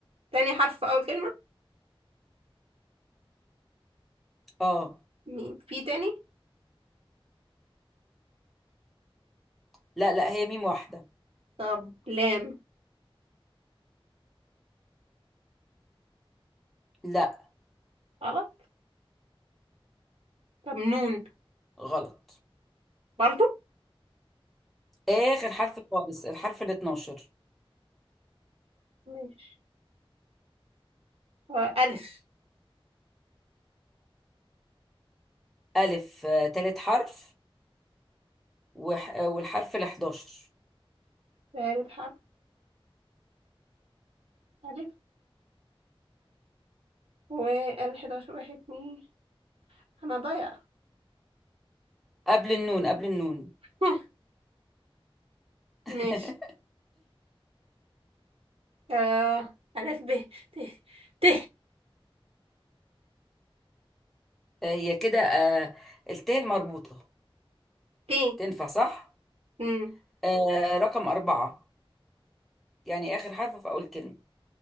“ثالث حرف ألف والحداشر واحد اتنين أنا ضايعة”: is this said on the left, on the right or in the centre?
Right